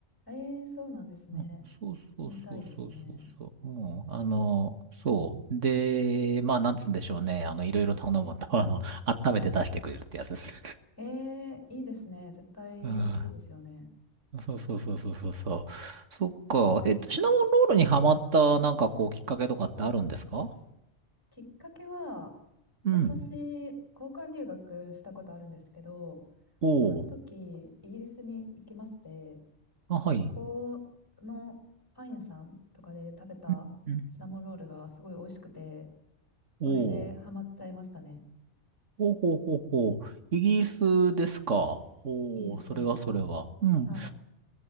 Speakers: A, on the left (about 15°); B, on the right (about 80°).
A: ええそうなんですね。
B: うんそうそうそうそうそうそう。
A: 行ってみたいですね。
B: うん、あの、そう。で、まあ、なんつうんでしょうね。あの、いろいろ頼むと、あの、<laughs> 温めて出してくれるってやつです。
A: ええいいですね。絶対美味しいですよね。
B: <laughs> うん。そうそうそうそうそうそう。そっか。えっと、シナモンロールにハマった、なんかこう、きっかけとかってあるんですか
A: きっかけは、
B: うん。
A: 私、交換留学したことあるんですけど、
B: おお。
A: その時、イギリスに行きまして、
B: あ、はい。
A: そこのパン屋さんとかで食べたシナモンロールがすごい美味しくて、
B: うんうんおお。
A: それでハマっちゃいましたね。
B: ほうほうほうほう。イギリスですか。おお、
A: イギリスです。
B: それはそれは。うん。
A: はい。